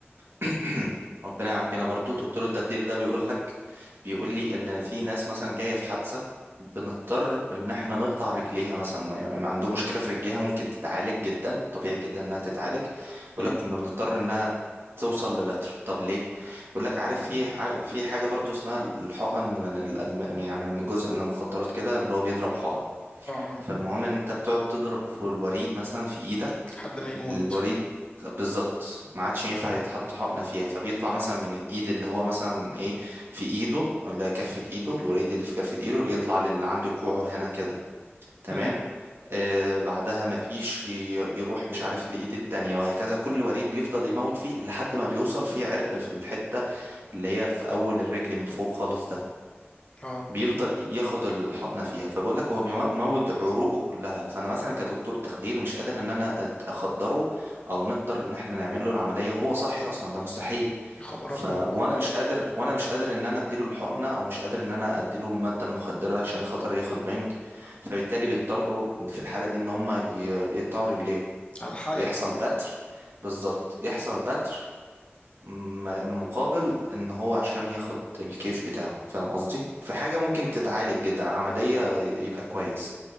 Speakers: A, on the right; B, on the left.
A: <clears throat> ربنا يعافينا برضو دكتور التخدير ده بيقول لك بيقول لي ان في ناس مثلا جايه في حادثه بنضطر ان احنا نقطع رجليها مثلا يعني عنده مشكله في رجليها ممكن تتعالج جدا طبيعي جدا انها تتعالج بيقول
B: امم
A: لك كنا بنضطر انها توصل لبتر طب ليه بيقول لك عارف في عارف في حاجه برضو اسمها الحقن من الأدم... يعني من جزء من المخدرات كده اللي هو بيضرب حقن
B: اه اه
A: فالمهم ان انت بتقعد تضرب في الوريد مثلا في ايدك
B: حد ما يموت
A: الوريد بالظبط ما عادش ينفع يتحط حقنة فيها فبيطلع مثلا من الايد اللي هو مثلا ايه في ايده ولا كفة ايده الوريد اللي في كفة ايده يطلع للي عند كوعه هنا كده تمام
B: امم
A: آه بعدها ما فيش ي- يروح مش عارف لإيد التانية وهكذا كل وريد بيفضل يموت فيه لحد ما بيوصل فيه عرق في الحتة اللي هي في أول الرجل من فوق خالص ده
B: اه
A: بيفضل ياخد الحقنه فيها فبقول لك هو بيموت عروقه كلها فانا مثلا كدكتور تخدير مش قادر ان انا أت- اخدره او نقدر ان احنا نعمل له العمليه وهو صاحي اصلا ده مستحيل
B: يا خبر
A: ف
B: ابيض
A: وانا مش قادر وانا مش قادر ان انا اديله الحقنه او مش قادر ان انا اديله الماده المخدره عشان خاطر ياخد بنج فبالتالي بيضطروا في الحاله دي ان هم ي- يقطعوا رجليهم
B: على الحياة
A: يحصل بتر بالظبط يحصل بتر م- مقابل ان هو عشان ياخد الكيف بتاعه فاهم قصدي في حاجة ممكن تتعالج جدا عملية ي- يبقى كويس